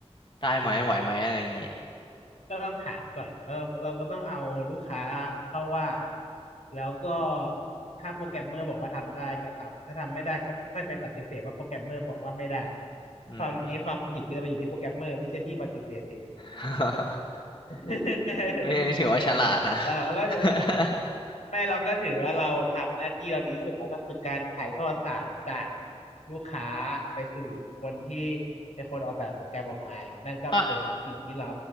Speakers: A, on the left (about 45°); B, on the left (about 85°).
A: ได้ไหมไหวไหมอะไรอย่างนี้
B: ก็ต้องถามก่อนเออเราก็ต้องเอาลูกค้าเข้าว่าแล้วก็ถ้าโปรแกรมเมอร์บอกว่าทำได้ก็ทำถ้าทำไม่ได้ก็ค่อยไปปฏิเสธว่าโปรแกรมเมอร์บอกว่าไม่ได้
A: อืม
B: คราวนี้ความผิดก็จะไปอยู่ที่โปรแกรมเมอร์ไม่ใช่พี่ปฏิเสธเอง
A: <laughs>
B: <laughs>
A: เฮ้ยอันนี้ถือว่าฉลาดนะ
B: เราก็จะ
A: <laughs>
B: ไม่เราก็ถือว่าเราทำหน้าที่เราดีที่สุดแล้วก็คือการถ่ายทอดสารจากลูกค้าไปสู่คนที่เป็นคนออกแบบโปรแกรมออกมานั่นก็เป็นสิ่งที่เรา
A: อ่ะ